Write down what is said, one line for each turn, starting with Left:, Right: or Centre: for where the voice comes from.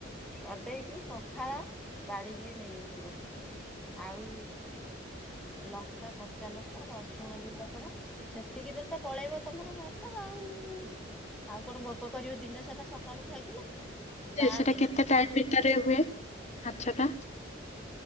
Centre: କରିଦେଇକି ପଖାଳ ବାଡିକି ନେଇ ଆସିବ ଆଉ ଲଙ୍କା କ ଚାଲ ରସୁଣ ଦି ପାକଡା ସେତିକିରେ ତ ପଳେଇବ ତମର ଭାତ ଆଉ ଆଉ କଣ ଭୋକ କରିବ ଦିନ ସାରା ସକାଳୁ ଖାଇଥିଲେ ତା
Left: ସେଟା
Centre: ଦିନ
Left: କେତେ ଟାଇମ ଭିତରେ ହୁଏ ମାଛ ଟା